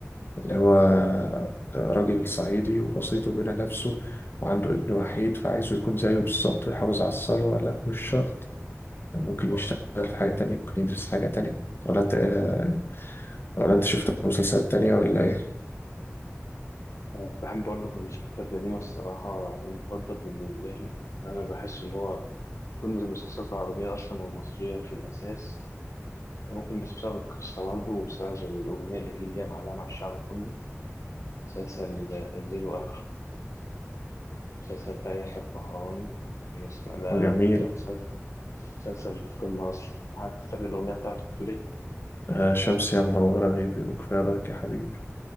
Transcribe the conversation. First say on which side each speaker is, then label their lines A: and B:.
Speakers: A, on the left; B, on the left.
A: اللي هو آه، راجل صعيدي ووسيطه بين نفسه وعنده ابن وحيد فعايزه يكون زيه بالظبط ويحافظ على الثروه لا مش شرط ممكن يشتغل في حاجه تانية ممكن يدرس حاجه تانية ولا انت آه، ولا انت شفت مسلسلات تانية ولا ايه؟
B: آه، بحب برضه في المسلسلات القديمة الصراحة المفضل بالنسبة لي إن أنا بحس إن هو قمة المسلسلات العربية أصلا والمصرية في الأساس ممكن بس بسبب القصة برضه وبسبب الأغنية اللي فيه اللي هي معلقة مع الشعب كله مسلسل الليل وآخره المسلسل بتاع يحيى الفخراني أنا اسمع ده
A: جميل
B: ده مسلسل مسلسل القمة أصلا حتى فاكر الأغنية بتاعته بتقول إيه؟
A: آه شمس يا منورة غيبي وكفاية لك يا حبيبي